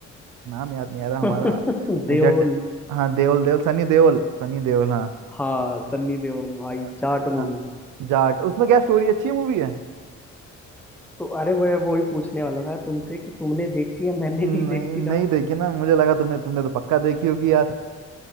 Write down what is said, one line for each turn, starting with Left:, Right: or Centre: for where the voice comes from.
Right: नाम याद नहीं आ रहा हमारा
Centre: <laughs> देओल
Right: जट हाँ देओल देओल सनी देओल सनी देओल हाँ
Centre: हाँ सन्नी देओल भाई
Right: अ-
Centre: जाट मूवी
Right: अ, जाट उसमें क्या स्टोरी अच्छी मूवी है
Centre: तो अरे मैं वही पूछने वाला था तुमसे कि तुमने देखी है मैंने
Right: नहीं
Centre: नहीं देखी
Right: नहीं
Centre: ना
Right: देखी ना मुझे लगा तुमने तुमने तो पक्का देखी होगी यार